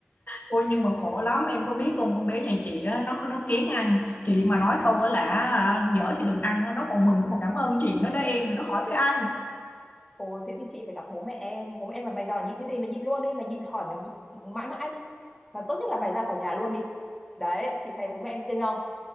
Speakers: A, on the left; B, in the centre.
A: ôi nhưng mà khổ lắm em có biết không con bé nhà chị á, nó nó kén ăn chị mà nói câu á là à, dở thì đừng ăn á, nó còn mừng nó còn cảm ơn chị nó đó em mà nó khỏi phải ăn
B: ồ thế thì chị phải gặp bố mẹ em bố mẹ em là mày đòi nhịn cái gì mày nhịn luôn đi mày nhịn hỏi mày nhịn mãi mãi đi mà tốt nhất là mày ra khỏi nhà luôn đi đấy chị thấy bố mẹ em cưng không